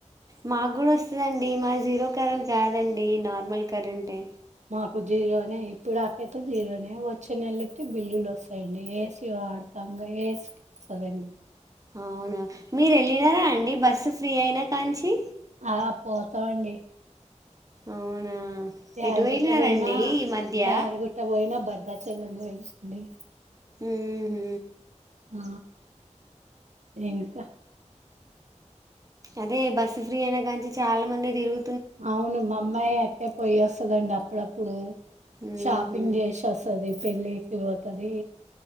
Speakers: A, on the right; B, on the right.
A: మాకు కూడ వస్తదండి. మాది జీరో కరెంట్ కాదండి. నార్మల్ కరెంటే.
B: ప్పు జీరోనే ఇప్పుడాకైతే జీరోనే. వచ్చే నెలయితె బిల్లులు వస్తాయండి ఏసీ వాడతాం. ఇంగ ఏసీ కదండి!
A: అవునా! మీరెళ్ళినారా అండి బస్సు ఫ్రీ అయినా కాంచి?
B: ఆ పోతామండి.
A: అవునా!
B: యాదిగుట్ట
A: ఎటు వెళ్ళినారండి
B: పోయినా,
A: ఈ మధ్య
B: యాదిగుట్ట పోయినా భద్రాచలం పోయింటండి.
A: మ్ హు
B: ఆ ఇంక
A: అదే బస్సు ఫ్రీ అయిన కానుంచి చాలా మంది తిరుగు
B: అవును మా అమ్మాయి అక్కే పొయ్యోస్తదండి అప్పుడప్పుడు.
A: ఊహూ
B: షాపింగ్ జేసి వస్తది పెళ్ళికి పోతది.